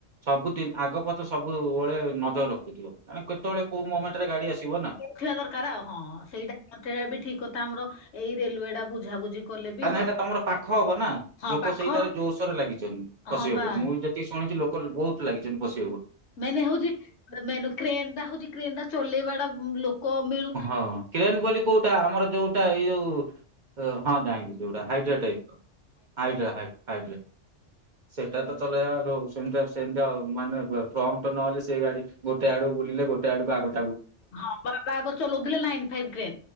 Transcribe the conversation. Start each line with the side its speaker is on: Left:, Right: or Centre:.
Right: ସବୁଦିନ ଆଗ ପଛ ସବୁ ଓଳେ ନଜର ରଖ୍ ମାନେ କେତବେଳେ କୋଉ ମୋମେଣ୍ଟରେ ଗାଡି ଆସିବ? ନା।
Left: ଥିବା ଦରକାର ଆଉ ହଁ ସେଇଟା ନ ଥିଲା ବି ଠିକ କଥା ଆମର ଏଇ ରେଲୱେ ଟା ବୁଝାବୁଝି କଲେ ବି
Right: କାହିଁ ନା
Left: ମ-
Right: ସେଇଟା ତମର ପାଖ ହବ ନା,
Left: ହଁ
Right: ଲୋକ
Left: ପାଖ
Right: ସେଇଟା ରେ ଜୋରସୋରେ ଲାଗିଚନ୍ତି ପଶିବେ
Left: ହଁ ବା
Right: ବୋଲି ମୁଁ ବି ଯେତିକି ଶୁଣିଚି ଲୋକ୍ କ ବହୁତ ଲାଗିଚନ୍ତି ପଶି
Left: ମାନେ ହଉଛି ମେନ କ୍ରେନ ଟା ହଉଛି କ୍ରେନ ଟା ଚଲେଇ ବାଟା ଲୋକ ମିଳୁ
Right: ହଁ କ୍ରେନ୍ ବୋଲି କୋଉଟା ଆମର ଯୋଉଟା ଏଇ ଯୋଉ ହଁ ଯାଇଲି। ଯୋଉଟା ହାଇଡ୍ରା ଟାଇପ ହାଇଡ୍ରା ହାଇଡ୍ରା ସେଟା ତ ଚଲେଇବା ସେମତି ସେମିତି ଆଉ ମାନେ ଫ୍ରମ୍ପ ଟ ନହେଲେ ସେଇ ଗାଡି ଗୋଟେ ଆଡକୁ ବୁଲିଲେ ଗୋଟେ ଆଡକୁ ଆଗ
Left: ହଁ ବାବା ଆଗ ଚଲଉଥିଲେ ନାଇନ ଫାଇଭ କ୍ରେନ